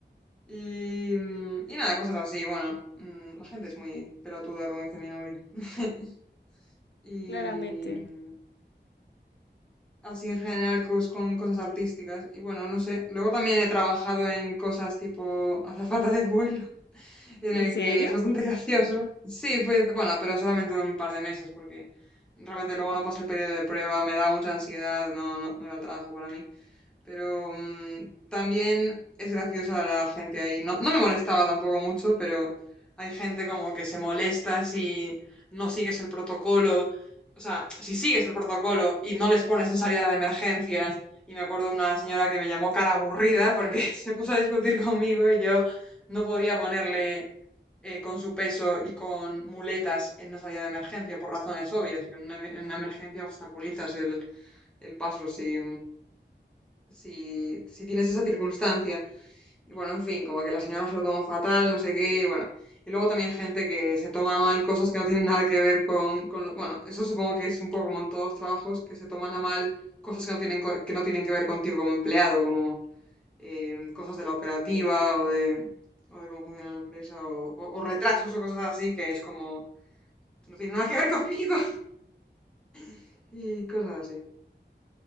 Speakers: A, in the centre; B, on the left.
A: Y, mm, y nada, cosas así, bueno, mm, la gente es muy pelotuda, como dice mi novio. <laughs> y
B: claramente.
A: mm, así en general cos- con cosas artísticas. Y bueno, no sé. Luego también he trabajado en cosas tipo azafata de vuelo, <laughs> en
B: ¿En
A: el
B: serio?
A: que es bastante <laughs> gracioso. Sí, fue, bueno, pero solamente un par de meses porque realmente luego no pasé el periodo de prueba, me daba mucha ansiedad, no, no, no era el trabajo para mí. Pero mm, también es graciosa la gente ahí. No, no me molestaba tampoco mucho, pero hay gente como que se molesta si no sigues el protocolo. O sea, si sigues el protocolo y no les pones en salida de emergencia. Y me acuerdo una señora que me llamó cara aburrida porque <laughs> se puso a discutir conmigo y yo no podía ponerle eh, con su peso y con muletas en una salida de emergencia por razones obvias, porque en una, em- en una emergencia obstaculizas el, el paso si, si, si tienes esa circunstancia. Y bueno, en fin, como que la señora se lo tomó fatal, no sé qué, y bueno. Y luego también gente que se toma mal cosas que no tienen nada que ver con, con lo- bueno, eso supongo que es un poco como en todos los trabajos, que se toman a mal cosas que no tienen, co- que no tienen que ver contigo como empleado, como eh, cosas de la operativa o de, o de cómo funciona la empresa o, o- o retrasos o cosas así, que es como, no tiene nada que ver conmigo <laughs> y cosas así.